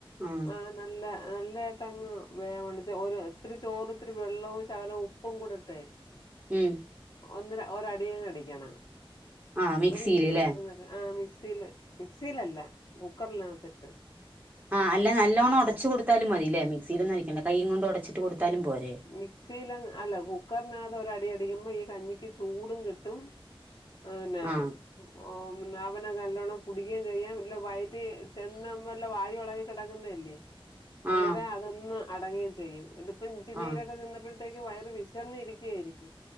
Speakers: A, on the right; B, on the left.
A: ആ
B: ആഹ് നല്ല നല്ലതായിട്ടങ്ങ് വേവണം ഇത്തിരി ചോറും ഇത്തിരി വെള്ളവും ശകലം ഉപ്പും കൂടിട്ടെ
A: ഉം
B: ഒന്നര ഒരടി അങ്ങടിക്കണം
A: ആ മിക്സിയിൽ
B: ഒരു വിസില്
A: അല്ലേ
B: വരുന്നത് ആ മിക്സിൽ മിക്സി ലല്ല കുക്കറിനകത്തിട്ട്
A: ആഹ് അല്ല നല്ലോണം ഒടച്ചു കൊടുത്താലും മതിലേ മിക്സിൽ ഒന്നും അടിക്കണ്ട കൈയ് കൊണ്ട് ഒടച്ച് കൊടുത്താലും പോരെ
B: മിക്സില് അല്ല കുക്കറിനകത്ത് ഒരടി അടിക്കുമ്പോ ഈ കഞ്ഞിക്ക് ചൂടും കിട്ടും ആന്നാ
A: ആ
B: ഓം അവനെ നല്ലോണ്ണം കുടിക്കേം ചെയ്യാം ഇല്ല വയറ്റ് ചെന്ന് എല്ലാം വായു എളകി കെ ടക്കുന്നയല്ലേ അന്നേര
A: ആ
B: അതൊന്ന് അടങ്ങേചെയ്യും ഇതിപ്പോ ഇഞ്ചി നീരൊക്കെ
A: ആ
B: ചെന്നപ്പോഴ ത്തേക്ക് വയറ് വിശന്നിരിക്കു ആയിരിക്കും